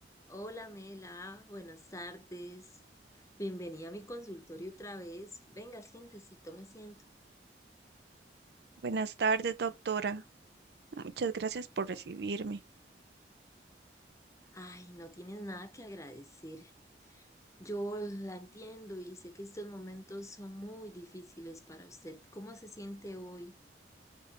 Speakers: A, on the left (about 20°); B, on the right (about 65°).
A: Hola Mela, buenas tardes. Bienvenida a mi consultorio otra vez. Venga, siéntese, tome asiento.
B: Buenas tardes, doctora. Muchas gracias por recibirme.
A: Ay, no tienes nada que agradecer. Yo la entiendo y sé que estos momentos son muy difíciles para usted. ¿Cómo se siente hoy?